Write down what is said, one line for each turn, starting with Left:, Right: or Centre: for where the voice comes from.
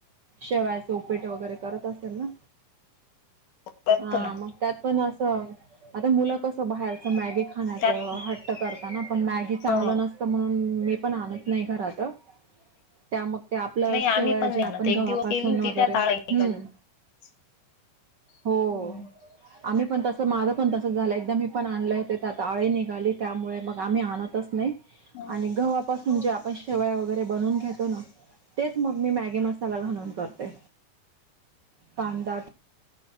Right: शेवायचं उपीट वगैरे करत असाल ना?
Left: करतो
Right: हा
Left: ना
Right: मग त्यात पण असं... आता मुलं कसं बाहेरचं मॅगी खाण्याचं
Left: त्यात
Right: हट्ट करताना... पण मॅगी चांगलं
Left: अ,
Right: नसतं म्हणून... मी पण आणत नाही घरात. त्या मग ते आपलं
Left: नाही आम्ही
Right: शेवाया
Left: पण नाही
Right: जे आपण
Left: आणत एक
Right: गव्हापासून
Left: दिवस केली होती
Right: वगैरे,
Left: त्यात आळी निघाली.
Right: हम्म.
Left: <inaudible>
Right: हो आम्ही पण तसं माझं पण तसं झालं एकदा मी पण आणले ते त्यात आळी निघाली त्यामुळे मग आम्ही आणतच नाही.
Left: हो
Right: आणि गव्हापासून जे आपण शेवया वगैरे बनवून घेतो ना. तेच मग मी मॅगी मसाला घालून करते, कांदा